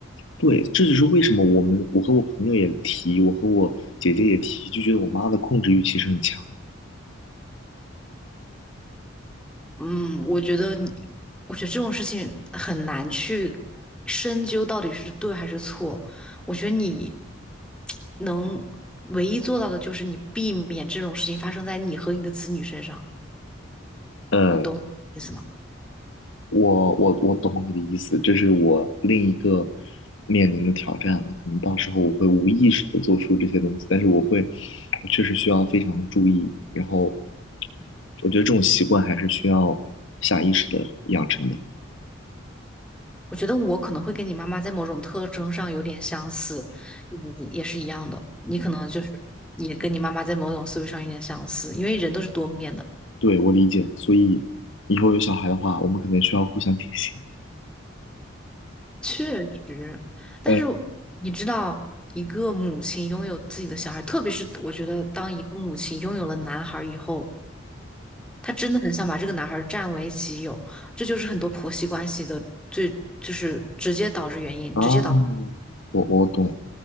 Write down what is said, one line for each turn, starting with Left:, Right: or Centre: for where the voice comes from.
Left: 对，这就是为什么我们我和我朋友也提，我和我姐姐也提，就觉得我妈的控制欲其实很强。
Centre: 嗯，我觉得你，我觉得这种事情很难去深究到底是对还是错。我觉得你能唯一做到的就是你避免这种事情发生在你和你的子女身上，
Left: 呃，
Centre: 你懂我意思吗？
Left: 我我我懂你的意思，这是我另一个面临的挑战了。可能到时候我会无意识的做出这些东西，但是我会，我确实需要非常注意。然后，我觉得这种习惯还是需要下意识的养成的。
Centre: 我觉得我可能会跟你妈妈在某种特征上有点相似，你也是一样的，你可能就是也跟你妈妈在某种思维上有点相似，因为人都是多面的。
Left: 对，我理解。所以以后有小孩的话，我们可能需要互相提醒。
Centre: 确实，但是
Left: 嗯
Centre: 你知道，一个母亲拥有自己的小孩，特别是我觉得，当一个母亲拥有了男孩以后，她真的很想把这个男孩占为己有，这就是很多婆媳关系的最，就是直接导致原因，
Left: 啊，
Centre: 直接导，
Left: 我我懂。